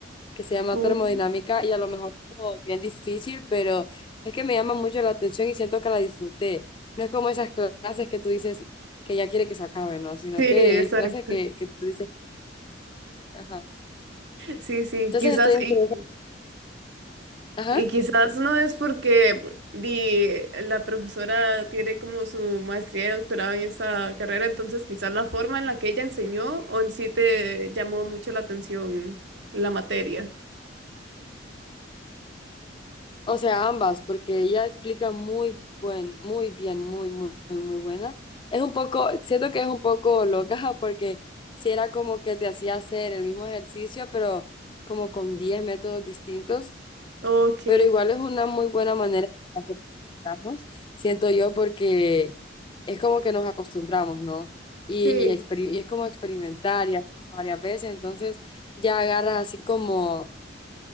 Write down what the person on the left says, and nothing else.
que se llama
termodinámica y a lo mejor como bien difícil, pero es que me llama mucho la atención y siento que la disfruté. No es como esas clases que tú dices que ya quiere que se acabe, ¿no? Sino
que
es clases que, que tú dices, ajá.
Entonces
estoy entre,
ajá,
o sea, ambas, porque ella explica muy buen, muy bien, muy, muy, muy, muy buena. Es un poco, siento que es un poco loca <laughs> porque si era como que te hacía hacer el mismo ejercicio, pero como con 10 métodos distintos.
pero igual es una muy buena manera de hacer que estamos, siento yo, porque es como que nos acostumbramos, ¿no? Y,
y experi- y es como experimentar y hacer varias veces, entonces ya agarras así como,